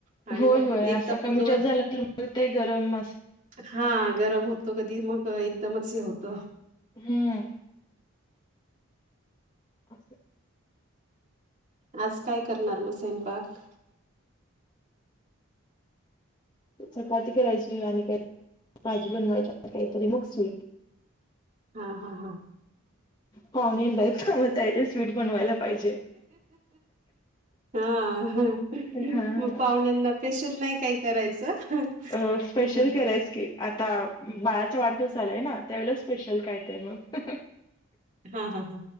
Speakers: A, on the right; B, on the left.
A: आणि
B: होय,
A: मग
B: होय
A: एकदा
B: असं कमी
A: दोन
B: जास्त झाला तर मग ते गरम अस.
A: हा गरम होतो कधी मग एकदमच हे होत.
B: हम्म.. असं.
A: आज काय करणार मग स्वयंपाक?
B: चपाती करायची आणि काही तरी भाजी बनवायची आणि काहीतरी मग स्वीट.
A: हा हा हा.
B: पावणेन लय थांबता आहेेतरे स्वीट बनवायला पाहिजे
A: ह ह
B: हा हा
A: पावण्यांना स्पेशल नाही काही करायचं?
B: अ स्पेशल
A: हा
B: करायच की आता बाळाचा वाढदिवस आलाय ना त्यावेळे स्पेशल काय तर मग.
A: हा हा हा